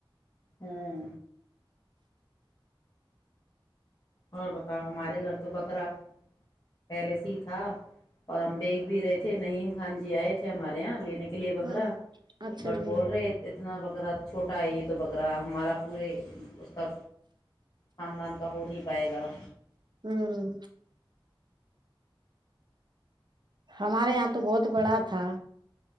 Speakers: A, on the left (about 40°); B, on the right (about 55°).
A: ہاں اور بتاؤ ہمارے گھر تو بکرا پیلس ہی تھا اور ہم بییکگ بھی رہے تھے نہیںیم خان جی آئے تھے ہمارے یہاں لینے کے لیے بکرا
B: ہ اچھا
A: بٹ
B: جی
A: بول رہے اتنا بکرا چھوٹا ہے یہ تو بکرا ہمارا پورے اس کا خاندان کا ہو نہیں پائے گا
B: ہوں ہمارے یہاں تو بہت بڑا تھا